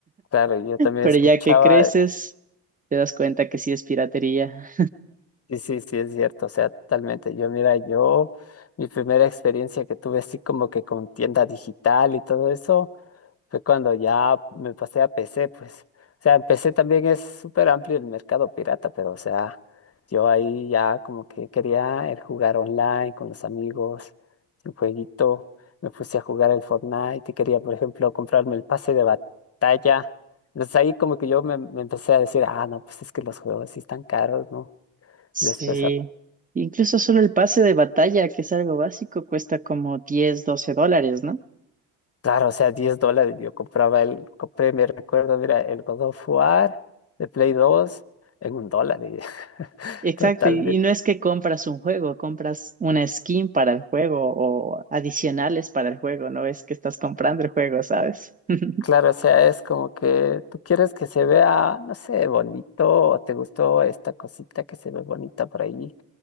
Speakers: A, on the left; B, on the right.
A: Claro, y yo también
B: Pero
A: escuchaba,
B: ya que creces,
A: eh,
B: te das cuenta que sí es piratería.
A: sí sí, sí, es cierto, o sea, totalmente. Yo, mira, yo, mi primera experiencia que tuve así como que con tienda digital y todo eso. Fue cuando ya me pasé a PC, pues. O sea, en PC también es súper amplio el mercado pirata, pero o sea, yo ahí ya como que quería el jugar online con los amigos, un jueguito. Me puse a jugar el Fortnite y quería, por ejemplo, comprarme el pase de batalla. Entonces ahí como que yo me, me empecé a decir, ah, no, pues es que los juegos sí están caros, ¿no?
B: Sí,
A: Después
B: incluso solo el pase de batalla, que es algo básico, cuesta como 10 12 dólares, ¿no?
A: Claro, o sea, 10 dólares. Yo compraba el, compré, me recuerdo, mira, el God of War de Play 2 en un dólar. y <laughs>
B: Exacto,
A: Total,
B: y
A: de-
B: y no es que compras un juego, compras una skin para el juego o adicionales para el juego, no es que estás comprando el juego, ¿sabes? <laughs>
A: claro, o sea, es como que tú quieres que se vea, no sé, bonito, o te gustó esta cosita que se ve bonita por ahí,